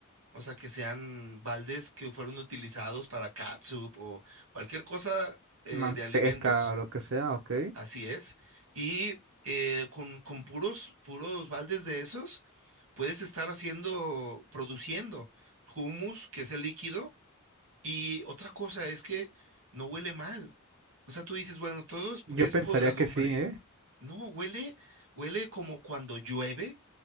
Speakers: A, on the right (about 80°); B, on the right (about 55°).
A: O sea, que sean baldes que fueron utilizados para catsup o cualquier cosa eh,
B: manteca
A: de alimentos.
B: o lo que sea, ¿ok?
A: Así es. Y eh, con, con puros, puros baldes de esos, puedes estar haciendo, produciendo hummus, que es el líquido. Y otra cosa es que no huele mal. O sea, tú dices, bueno, todo es,
B: Yo
A: es
B: pensaría
A: podredumbre.
B: que sí, ¿eh?
A: No, huele, huele como cuando llueve